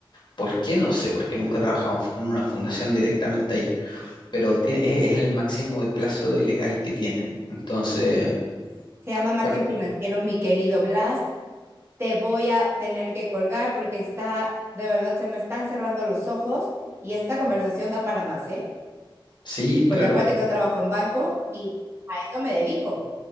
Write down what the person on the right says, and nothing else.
Se llama margen
financiero, mi querido Blas. Te voy a tener que colgar porque está, de verdad, se me están cerrando los ojos y esta conversación da para más, ¿eh?
Porque
acuérdate que yo trabajo en banco y a eso me dedico,